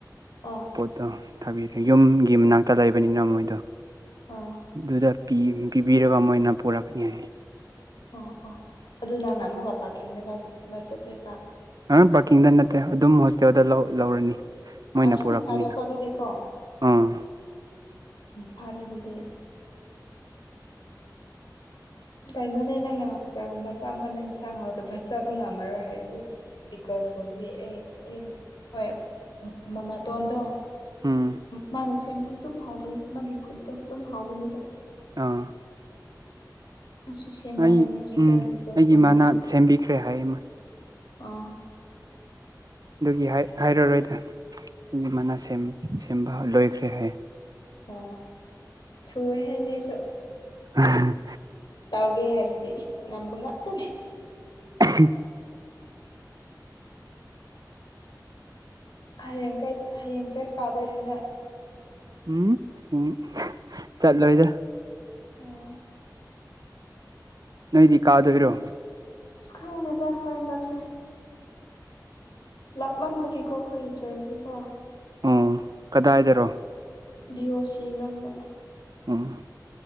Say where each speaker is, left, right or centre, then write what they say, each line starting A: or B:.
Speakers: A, on the left; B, on the right.
A: ꯑꯥ
B: ꯄꯣꯠꯇꯣ ꯊꯥꯕꯤꯈ꯭ꯔꯦ ꯌꯨꯝꯒꯤ ꯃꯅꯥꯛꯇ ꯂꯩꯕꯅꯤꯅ ꯃꯣꯏꯗꯣ
A: ꯑꯥ
B: ꯑꯗꯨꯗ ꯄꯤ ꯄꯤꯕꯤꯔꯒ ꯃꯣꯏꯅ ꯄꯨꯔꯛꯀꯅꯤ ꯍꯥꯏ
A: ꯑꯣ ꯑꯣ ꯑꯗꯨ ꯅꯪꯅ ꯑꯃꯨꯛꯒ ꯄꯥꯔꯀꯤꯡꯗ ꯂꯧꯕ ꯆꯠꯇꯣꯏꯕ
B: ꯑꯪ ꯄꯥꯔꯀꯤꯡꯗ ꯅꯠꯇꯦ ꯑꯗꯨꯝ ꯍꯣꯁꯇꯦꯜꯗ ꯂꯧꯔꯅꯤ ꯃꯣꯏꯅ
A: ꯑꯁꯤꯅ
B: ꯄꯨꯔꯛꯀꯅꯤꯅ
A: ꯐꯔꯦ ꯀꯣ ꯑꯗꯨꯗꯤ ꯀꯣ
B: ꯑꯥ
A: ꯐꯅꯤ ꯑꯗꯨꯗꯤ ꯀꯩꯅꯣꯅꯦ ꯅꯪꯅ ꯍꯣꯁꯇꯦꯜꯒꯨꯝꯕ ꯆꯪꯕꯗ ꯏꯟꯁꯥꯡ ꯍꯥꯎꯇꯕ ꯆꯥꯕ ꯉꯝꯃꯔꯣꯏ ꯍꯥꯏꯔꯗꯤ ꯕꯤꯀꯣ ꯕꯁ ꯀꯨꯝꯗꯤ ꯑꯩ ꯑꯩ ꯍꯣꯏ ꯃꯃꯥꯇꯣꯟꯗꯣ
B: ꯎꯝ
A: ꯃꯥꯅ ꯁꯦꯝꯕꯁꯨ ꯑꯗꯨꯝ ꯍꯥꯎꯕꯅꯤ ꯃꯥꯒꯤ ꯈꯨꯠꯇꯣ ꯑꯗꯨꯝ ꯍꯥꯎꯕꯅꯤꯗ
B: ꯑꯥ
A: ꯃꯁꯨ ꯁꯦꯝꯕ
B: ꯑꯩ
A: ꯍꯩꯕꯅꯤ ꯆꯤꯛꯀꯟ
B: ꯎꯝ
A: ꯄꯤꯛꯀꯜꯁꯀꯨꯝꯕꯗꯤ
B: ꯑꯩꯒꯤ ꯏꯃꯥꯅ ꯁꯦꯝꯕꯤꯈ꯭ꯔꯦ ꯍꯥꯏꯌꯦ
A: ꯑꯥ
B: ꯑꯗꯨꯒꯤ ꯍꯥꯏ ꯍꯥꯢꯔꯔꯣꯏꯗ ꯗꯨꯒꯤ ꯃꯅꯥ ꯁꯦꯝ ꯁꯦꯝꯕ ꯂꯣꯏꯈ꯭ꯔꯦ ꯍꯥꯏ
A: ꯑꯣ ꯊꯨꯑꯦꯍꯦ ꯏꯅꯦꯁꯨ
B: ꯑꯍ
A: ꯇꯧꯒꯦ ꯍꯥꯏꯔꯗꯤ ꯉꯝꯕ ꯉꯥꯛꯇꯅꯦ
B: ꯑꯍ
A: ꯍꯌꯦꯡ ꯀꯥꯢ ꯍꯌꯦꯡ ꯆꯔꯁ ꯀꯥꯗꯣꯏꯔ ꯅꯣꯢ
B: ꯎꯝ ꯎ ꯆꯠꯂꯣꯏꯗ
A: ꯑꯣ
B: ꯅꯣꯏꯗꯤ ꯀꯥꯗꯣꯏꯔꯣ
A: ꯑꯁ ꯈꯪꯗꯦꯗ ꯑꯩꯈꯣꯏ ꯍꯟꯗꯛꯁꯦ ꯂꯥꯞꯃꯟꯕꯒꯤꯀꯣ ꯑꯈꯣꯏ ꯆꯔꯁꯤꯀꯣ
B: ꯎꯝ ꯀꯗꯥꯏꯗꯔꯣ
A: ꯕꯤ ꯑꯣ ꯁꯤ ꯂꯣꯝꯗ
B: ꯑꯣ